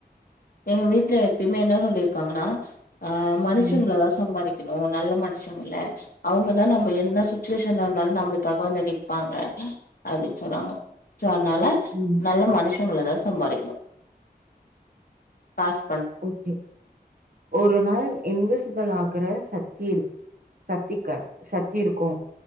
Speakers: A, on the left; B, on the right.
A: எங்க வீட்ல எப்பயுமே என்ன சொல்லிருக்காங்கனா அ மனுஷங்களதா
B: ம்
A: சம்பாரிக் கணு நல்ல மனுஷங்கள அவங்கதா நம்ம என்ன சுச்சுவேஷன்ல இருந்தாலு நம்மளுக்காக வந்து நிப்பாங்க அப்டின் சொல்லுவாங்க சோ அதுனால
B: ம்
A: நல்ல மனுஷங்கள தா சம்பாரிக்கணு பாஸ்
B: ஓகே ஒரு நாள் இன்வெசிபில் ஆகுற சத்தி இருக் சத்திக்கா சத்தி இருக்கு